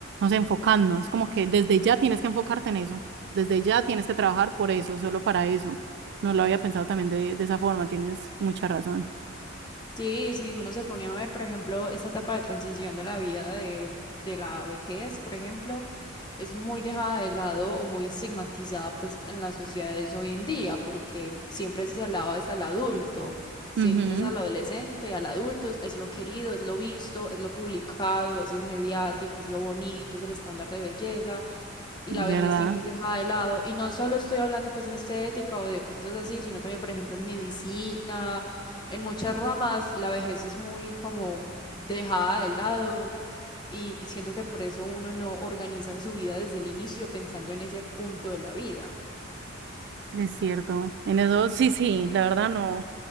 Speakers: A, on the right (about 55°); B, on the left (about 20°).
A: sé, enfocando. Es como que desde ya tienes que enfocarte en eso, desde ya tienes que trabajar por eso, solo para eso. No lo había pensado también de, de esa forma, tienes mucha razón.
B: Sí, sí, uno se pone a ver, por ejemplo, esta etapa de transición de la vida de, de la vejez, por ejemplo, es muy dejada de lado o muy estigmatizada pues en las sociedades hoy en día, porque siempre se alaba es al adulto, siempre
A: Ujú,
B: es al adolescente y al adulto es lo querido, es lo visto, es lo publicado, es lo mediático, es lo bonito, es el estándar de belleza, y
A: ¿verdad?
B: la vejez siempre es dejada de lado. Y no solo estoy hablando pues de estética o de cosas así, sino también, por ejemplo, en medicina, en muchas ramas, la vejez es muy como dejada de lado y siento que por eso uno no organiza su vida desde el inicio pensando en ese punto de la vida.
A: Es cierto, en eso sí, sí, la verdad no,